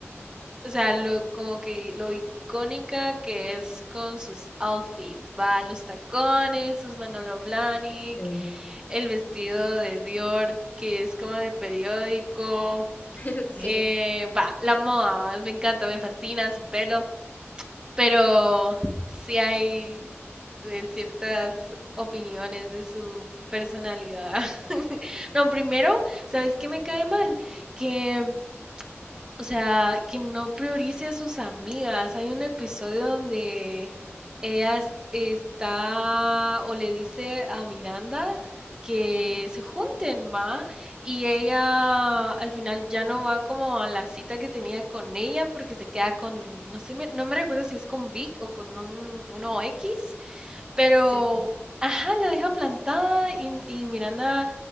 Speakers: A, on the right (about 15°); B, on the left (about 40°).
A: o sea, lo como que lo icónica que es con sus outfits, va, los tacones, sus Manolo Blahnik,
B: Sí.
A: el vestido de Dior, que es como de periódico.
B: <laughs>
A: Eh,
B: Sí.
A: va, la moda, va, me encanta, me fascina su pelo, pero sí hay de ciertas opiniones de su personalidad. <laughs> No, primero, ¿sabes qué me cae mal? Que o sea, que no priorice a sus amigas. Hay un episodio donde ella es- está o le dice a Miranda que
B: Ujú.
A: se junten, va, y ella al final ya no va como a la cita que tenía con ella porque se queda con, no sé, me- no me recuerdo si es con Vic o con un, uno X, pero,
B: Sí.
A: ajá, la deja plantada y, y Miranda